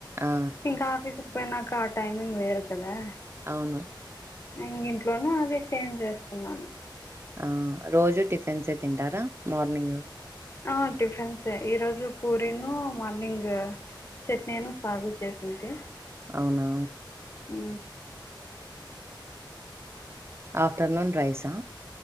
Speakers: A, on the right (about 30°); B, on the left (about 35°).
A: ఆ!
B: ఇంక ఆఫీసు పోయినాక ఆ టైమింగ్ వేరు కదా
A: అవును.
B: ఇంగింట్లోనే అదే చేంజ్ చేసుకున్నాను
A: ఆ రోజు టిఫిన్సె తింటారా మార్నింగ్
B: ఆ టిఫిన్సె ఈ రోజు పూరిను మార్నింగ్ చట్నీను సాగు చేసింటీ
A: అవునా
B: ఉ
A: ఆఫ్టర్నూన్ రైసా